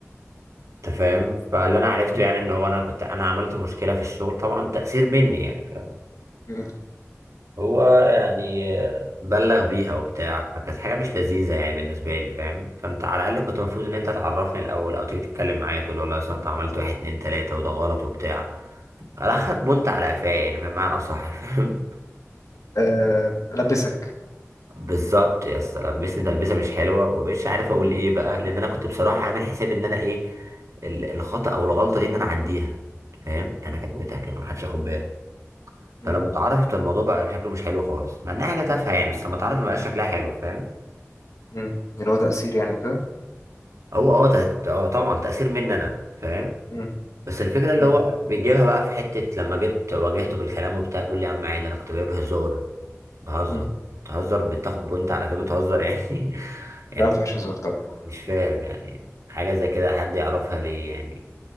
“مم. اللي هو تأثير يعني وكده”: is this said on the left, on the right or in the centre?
Left